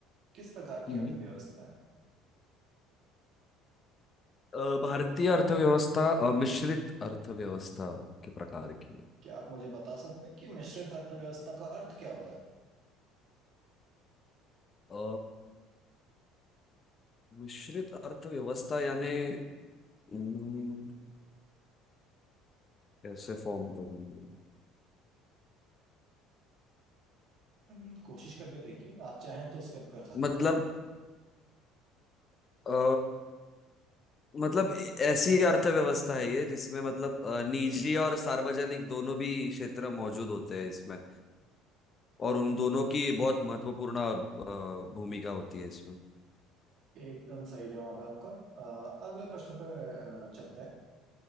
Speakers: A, on the right; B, on the left.
A: किस प्रकार की
B: हम्म।
A: अर्थव्यवस्था है
B: अ, भारतीय अर्थव्यवस्था अ, मिश्रित अर्थव्यवस्था के प्रकार की है
A: क्या आप मुझे बता सकते हैं कि मिश्रित अर्थव्यवस्था का अर्थ क्या होता है
B: अ, मिश्रित अर्थव्यवस्था यानी हम्म, कैसे फॉर्म करेंगे
A: हम्म, कोशिश करके देखिए आप चाहें तो स्किप कर सकते
B: मतलब
A: हैं
B: अ, मतलब ऐसी अर्थव्यवस्था है ये जिसमें मतलब अ, निजी और सार्वजनिक दोनों भी क्षेत्र मौजूद होते हैं इसमें और उन दोनों की बहुत महत्वपूर्ण अ, भूमिका होती है इसमें
A: एकदम सही जवाब है आपका अ, अगले प्रश्न पे अ, चलते हैं